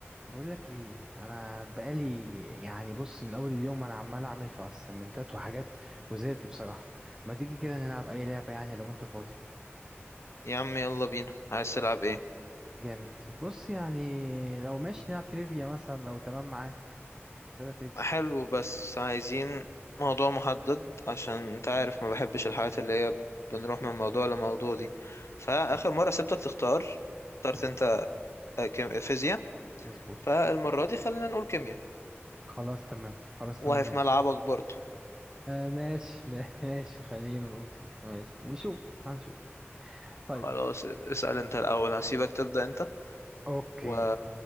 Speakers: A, on the right; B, on the left.
A: بقولك ايه انا بقالي يعني بص من اول اليوم انا عمال اعمل في اسايمنتات وحاجات وزهقت بصراحه ما تيجي كده نلعب اي لعبه يعني لو انت فاضي
B: يا عم يلا بينا عايز تلعب ايه
A: جامد بص يعني لو ماشي نلعب تريفيا مثلا لو تمام معاك اسئله تريفيا
B: حلو بس عايزين موضوع محدد عشان انت عارف ما بحبش الحاجات اللي هي بنروح من موضوع لموضوع دي فآخر
A: آه،
B: مرة سبتك تختار اخترت
A: آه،
B: انت آه، كيم- فيزياء
A: مظبوط
B: فالمرة دي خلينا نقول كيمياء
A: خلاص تمام خلاص
B: وهي
A: تمام ماشي
B: في ملعبك برضو
A: آه ماشي <laughs> ماشي خلينا نقول كده ماشي نشوف هنشوف طيب
B: خلاص اسأل انت الأول هسيبك تبدأ انت
A: اوكي
B: و...